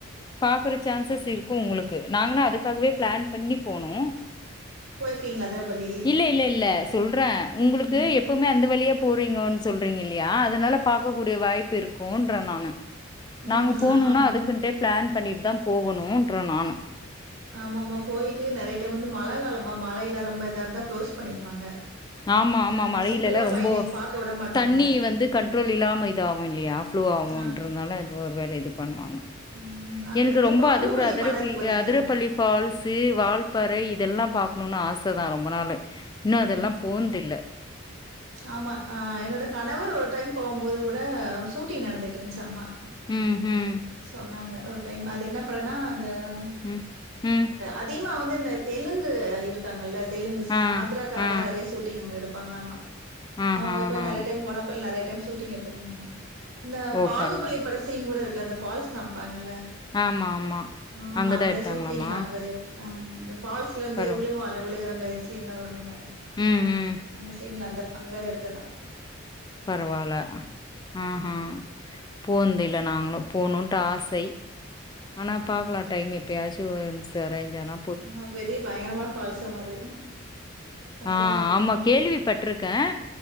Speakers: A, on the left (about 20°); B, on the right (about 85°).
A: பாக்குற சான்சஸ் இருக்கு உங்களுக்கு நாங்கன்னா அதுக்காகவே பிளான் பண்ணி போனோ
B: போயிருக்கீங்களா அதிரபள்ளி
A: இல்ல இல்ல இல்ல சொல்றேன் உங்களுக்கு
B: ம்.
A: எப்பவுமே அந்த வழியா போறீங்கோன்னு சொல்றீங்கில்லையா அதனால பாக்க கூடிய வாய்ப்பு இருக்கும்ன்றேன் நானு நாங்க
B: ம்.
A: போணும்னா
B: ஆமாமா.
A: அதுக்குடன்டே பிளான் பண்ணிட்டு தான் போகணும்ன்ற நானு
B: ஆமா ஆமா போய்ட்டு நிறைய டைம் வந்து மழ காலமா மழைய எல்லா ரொம்ப இதுவ இருந்தா குளோஸ் பண்ணிருவாங்க
A: ஆமா ஆமா ஆமா
B: அ
A: மழைலெல்லா
B: சுற்றுலா
A: ரொம்ப
B: பயணிகள் பார்க்க விட மாட்டாங்க.
A: தண்ணி வந்து கண்ட்ரோல் இல்லாம இத ஆவு இல்லையா ஃப்ளே ஆகும்
B: ஆ.
A: ன்றதுனால ஒர்வேல இது பண்ணுவாங்க
B: ம். அங்க
A: எனக்கு
B: இந்த
A: ரொம்ப
B: பாகுபலி
A: அது கூட அதரபள்
B: படம் இருக்கு பார்த்தீங்களா?
A: அதிர பள்ளி ஃபால்ஸ் வால்பறை இதெல்லா பாக்கணும்னு ஆச தா ரொம்ப நாளு இன்னோ அதெல்லா
B: ம்.
A: போந் இல்ல
B: ஆமா ஆ என்னோட கணவர் ஒரு டைம் போம்போது கூட ஷூட்டிங் நடந்துட்யிருந்துச்சாமா
A: ம் ம்
B: சொன்னாங்க ஒரு டைம் அது என்ன படனா அந்த ஆ
A: ம் ம்
B: அதிமா வந்து இந்த தெலுங்கு இருக்காங்கல்ல தெலுங்குஸ்
A: ஆ
B: ஆந்தர க்காரவங்க
A: ஆ
B: நறையா சூட்டிங் அங்க எடுபாங்களலாமா
A: ஆஹா
B: அவுங்க இப்ப
A: ஆஹா
B: நிறைய டைம் போனப்பள்ள நிறைய டைம் ஷூட்டிங் எடுத்துயிருந்தகல்லா இந்த
A: ஓ
B: பாகுபலி
A: பரவா
B: பட சீன் கூட இருக்கல அந்த ஃபால்ஸ் காம்ப்பாங்கல்ல
A: ஆமா ஆமா
B: ம்
A: அங்கதா
B: அந்த
A: எடுத்தாங்களாமா
B: ஷூட்டிங் அங்க எடு ட்டுதா அந்த ஃபால்ஸ்லயிருந்தே
A: பரவா
B: விழுவா ல விலுகர மாரி சீன்லா வரும்ல
A: ம் ம்
B: அந்த சீன்ல அந்த அங்கதா எடுத்த தா
A: பரவால்ல ஆ ஆ போந்தில்ல நாங்களு போணுட்டு ஆசை ஆனா பாக்கலாம் டைமு எப்பயாச்சும் செரேஞ்சனா
B: ம் பெரிய பயங்கரமா ஃபால்ஸாமா அது அகலமா
A: ஆ
B: இருக்கும்.
A: ஆமா கேள்விப்பட்ருக்கேன்